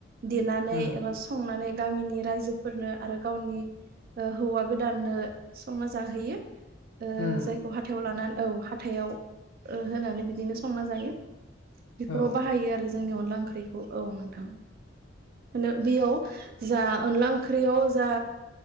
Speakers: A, on the right (about 50°); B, on the left (about 75°).
A: देनानै
B: उम
A: एबा संनानै गामिनि रायजोफोरनो आरो गावनि ओ हौवा गोदाननो संना जाहैयो ओ
B: उम
A: जायखौ हाथायाव लानानै औ हाथायाव ओ होनानै बिदिनो संना जायो बेफोराव
B: औ
A: बाहायो आरो जोंनि अनला ओंख्रिखौ औ नोंथां लो बेयाव जा अनला ओंख्रियाव जा